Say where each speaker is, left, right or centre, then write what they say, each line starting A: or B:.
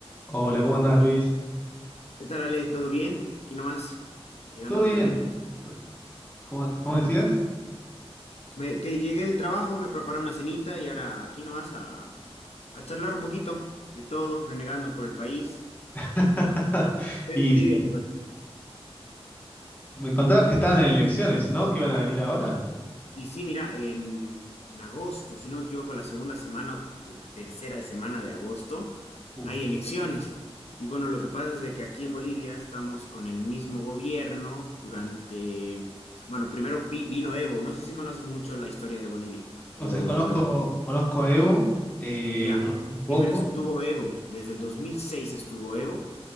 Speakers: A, on the left; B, on the left.
A: Hola, ¿cómo andás, Luis?
B: ¿Qué tal, Ale? ¿Todo bien? Aquí nomás, llegando
A: ¿Todo bien?
B: del... de-
A: To- ¿Cómo, cómo
B: me
A: decías?
B: pre- me- que llegué del trabajo, me preparé una cenita y ahora aquí nomás a, a charlar un poquito de todo, renegando por el país.
A: <laughs>
B: Sí,
A: Y
B: de Bolivia,
A: sí,
B: te cuento.
A: me contabas que estaban en elecciones, ¿no? Que iban a venir ahora.
B: Y sí, mira, en, en agosto, si no me equivoco, la segunda semana o o tercera semana de agosto,
A: Uf.
B: hay elecciones. Y bueno, lo que pasa es de que aquí en Bolivia estamos con el mismo gobierno durante, bueno, primero pi- vino Evo, no sé si conoces mucho la historia de Bolivia o
A: O sea, conozco,
B: de los...
A: conozco a Evo, eh,
B: Ya,
A: conozco un poco.
B: primero estuvo Evo, desde el 2006 estuvo Evo